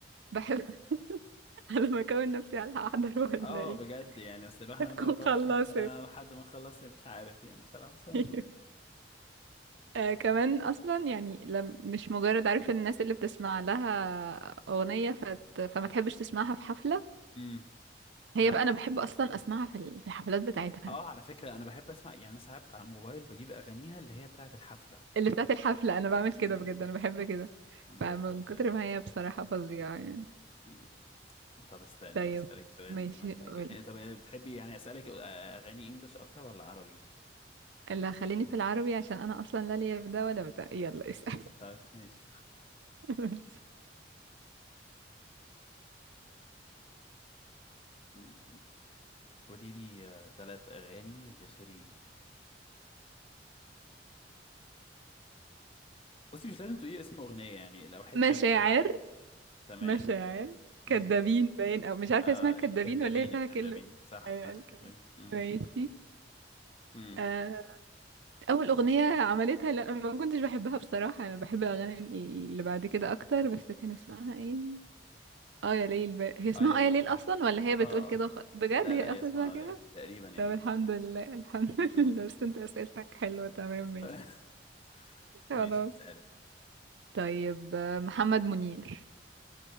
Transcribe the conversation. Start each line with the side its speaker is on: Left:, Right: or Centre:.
Right: بحب <laughs> على ما اكون نفسي على احضر ولا
Left: اه
Right: ايه
Left: بجد يعني اصل الواحد
Right: هتكون
Left: عنده 24
Right: خلصت
Left: سنه لحد ما نخلص مش عارف يعني بصراحه بس هنشوف
Right: <laughs> آه كمان اصلا يعني لم مش مجرد عارف الناس اللي بتسمع لها اغنيه فت فما تحبش تسمعها في حفله
Left: امم
Right: هي
Left: لا
Right: بقى
Left: مش
Right: انا بحب اصلا
Left: بس-
Right: اسمعها في ال- في الحفلات بتاعتها
Left: اه على فكره انا بحب اسمع يعني ساعات على الموبايل بجيب اغانيها اللي هي بتاعه الحفله
Right: اللي بتاعت الحفله انا بعمل كده
Left: امم
Right: بجد انا بحب كده
Left: هي
Right: فمن
Left: بجد
Right: كتر ما هي بصراحه فظيعه يعني
Left: مم. طب استني
Right: طيب
Left: هسألك سؤال
Right: ماشي
Left: بما
Right: قول
Left: انك ب... إيه، طب إيه، بتحبي يعني اسألك آه، اغاني انجلش اكتر ولا عربي
Right: اللي هخليني في العربي عشان انا اصلا لا ليا في ده ولا بتاع يلا اسال
Left: طيب ماشي
Right: <laughs> ماشي.
Left: <laughs> قولي لي آه، تلات أغاني لشيرين بصي مش لازم تقولي اسم أغنية يعني لو حتة
Right: مشاعر
Left: منها عادي تمام
Right: مشاعر كدابين
Left: امم
Right: باين او مش عارفه
Left: آه
Right: اسمها كدابين
Left: الكدابين
Right: ولا هي فيها
Left: الكدابين
Right: كله
Left: صح
Right: ايوه
Left: صح
Right: الكداب.
Left: الكدابين امم
Right: ماشي
Left: امم
Right: آه، اول اغنيه عملتها لا ما كنتش بحبها بصراحه انا بحب الاغاني اللي بعد كده اكتر بس كان اسمها ايه اه يا ليل بقى. هي اسمها
Left: اه يا ليل
Right: اه يا ليل
Left: صح
Right: اصلا ولا هي بتقول
Left: اه
Right: كده
Left: آه.
Right: وخ... بجد
Left: لا
Right: هي
Left: لا هي
Right: اصلا
Left: اسمها
Right: اسمها كده
Left: ليل تقريبا يعني
Right: طب الحمد لله الحمد <laughs>
Left: امم
Right: لله بس انت اسئلتك حلوه تمام ماشي
Left: <laughs>
Right: خلاص
Left: ماشي اسألي
Right: طيب آه، محمد منير